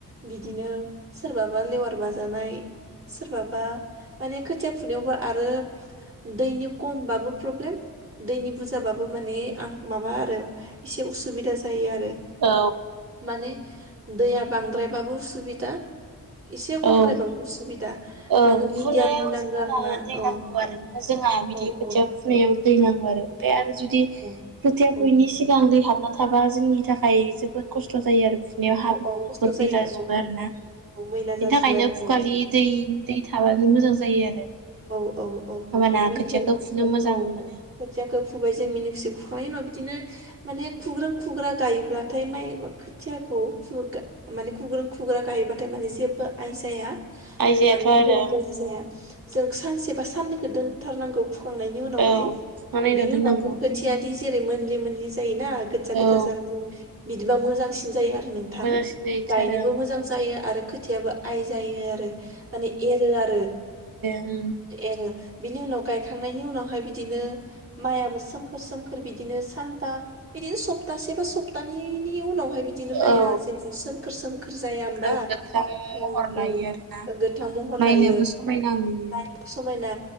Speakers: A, on the right (about 35°); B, on the right (about 70°).
A: बिदिनो सोरबाबा लेवार बाजानाय सोरबाबा माने खोथिया फुनायावबो आरो दैनि खमबाबो प्रब्लेम दैनि बुरजाबाबो माने आं माबा आरो एसे उसुबिदा जायो आ रो
B: औ
A: माने दैया बांद्रायबाबो उसुबिदा एसे खमद्रायबाबो
B: औ
A: उसुबिदा
B: ओं
A: मानो मिडियामनि
B: फुनायाव
A: नांगौ
B: जोंहा
A: आरो ना
B: दै नांगौ
A: औ औ।
B: <unintelligible> बिदि
A: औ
B: खोथिया फुनायावबो दै नांगौ आरो। ओमफ्राय आरो जुदि
A: औ
B: खोथिया फुयैनि
A: औ
B: सिगां दै हाबना थाबा जोंनि थाखाय जोबोद खस्थ' जायो आरो फुनायाव हाब्रुफोर
A: औ औ खस्थ' जायो
B: फैलाजोबो
A: औ
B: आरोना। बेनि
A: औ मैला जाजोबो
B: थाखायनो
A: आरो
B: फुगालि
A: औ
B: दै दै थाबानो मोजां जायो आरो।
A: औ औ औ
B: होमबाना
A: बिखौ
B: खोथियाखौ फुनो मोजां
A: औ
B: मोनो
A: खोथियाखौ फुबाय जों मिनि खुसि फुखांनायनि उनाव बिदिनो माने खुग्रोन खुग्रा गायोबाथाय माइ खोथियाखौ खु माने खुग्रोन खुग्रा गायोबाथाय माने जेबो आय जाया। होननानै
B: आयजायाथ' आरो
A: <unintelligible> जाया जों सानसे बा साननैखौ दोनथारनांगौ फुखांनायनि उनावहाय।
B: औ फुखां नायनाव
A: बिनि
B: दोननांगौ
A: उनाव खोथियादि जेरै मोनलि मोनलि जायोना गोजा गोजा
B: औ
A: जारौ बिदिबा मोजांसिन जायो आरो नोंथां,
B: मोजांसिन जाहैथारो
A: गायनोबो
B: ओं
A: मोजां जायो आरो खोथियाबो आय जायो आरो, माने एरो आरो।
B: उम।
A: एरो बिनि उनाव गायखांनायनि उनावहाय बिदिनो माइआबो सोमखोर सोमखोर बिदिनो सानथाम बिदिनो सप्तासे बा सप्तानैनि उनाव ओमफाय बिदिनो माइया
B: औ
A: जेरै सोमखोर सोमखोर जाया
B: फुंखा
A: होमबा?
B: गोथां महर
A: औ
B: लायो
A: ओ
B: आरोना
A: गोथां महर
B: नायनोबो
A: लायो
B: समायना नुयो।
A: नायनोबो समायना